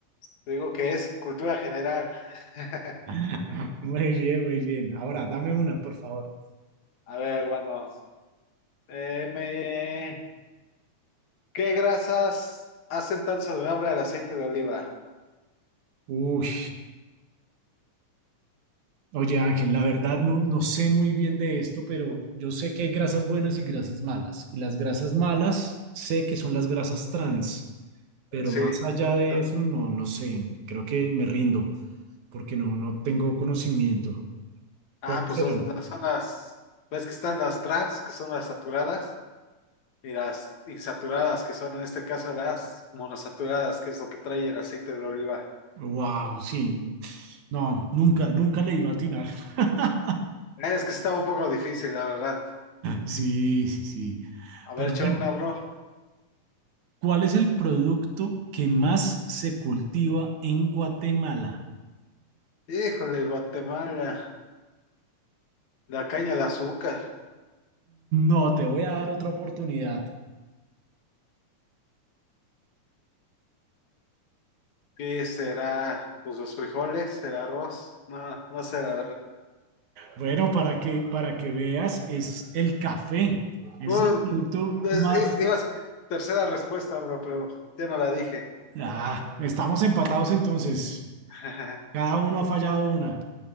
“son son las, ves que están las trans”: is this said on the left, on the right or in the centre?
Left